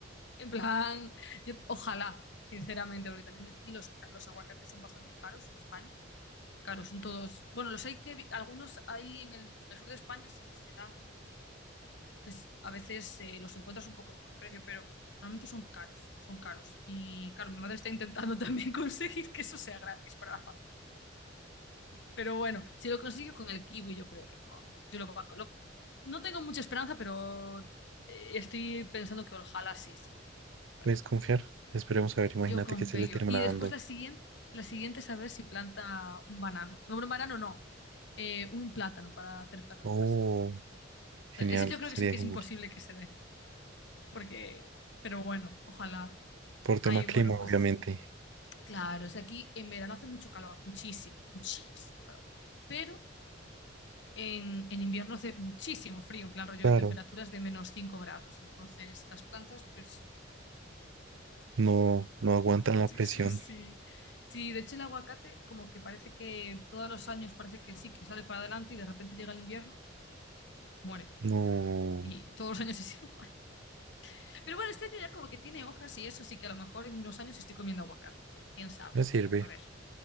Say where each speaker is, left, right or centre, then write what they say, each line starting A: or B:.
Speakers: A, on the left (about 65°); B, on the right (about 80°).
A: En plan, yo- ojalá, sinceramente, porque también aquí los, ca- los aguacates son bastante caros en España. Porque claro, son todos, bueno, los hay que, vi- algunos hay en el, en el sur de España sí que se dan un poquito. Entonces, a veces eh, los encuentras un poco mejor de precio, pero normalmente son caros, son caros. Y claro, mi madre está intentando <laughs> también conseguir que eso sea gratis para la familia. Pero bueno, si lo consigo con el kiwi, yo creo que con, yo lo, va- lo- no tengo mucha esperanza, pero eh, estoy pensando que ojalá sí. Como, bueno.
B: ¿Puedes confiar? Esperemos a ver, imagínate
A: Yo con
B: que se
A: Feyo.
B: le termina
A: Y después
B: dando.
A: la siguiente, la siguiente es a ver si planta un banano. No, un banano no. Eh, un plátano para hacer plátano
B: Oh,
A: en casa. Sí, sí. O
B: genial,
A: sea, eso yo creo
B: sería
A: que sí que
B: genial.
A: es imposible que se dé. Porque, pero bueno, ojalá.
B: Por tema
A: Ay,
B: clima,
A: bueno, pues
B: obviamente.
A: claro, o sea, aquí en verano hace mucho calor, muchísimo, muchísimo calor. Pero en, en invierno hace muchísimo frío, en plan rollo
B: Claro,
A: temperaturas de menos 5 grados. Entonces las plantas pues se se mueren.
B: no, no aguantan
A: Sí,
B: la presión.
A: sí, sí. Sí, de hecho el aguacate como que parece que todos los años parece que sí, que sale para adelante y de repente llega el invierno y muere.
B: No,
A: Y todos los años <laughs> es igual. Pero bueno, este año ya como que tiene hojas y eso, sí que a lo mejor en unos años estoy comiendo aguacate. ¿Quién sabe?
B: me sirve.
A: A ver,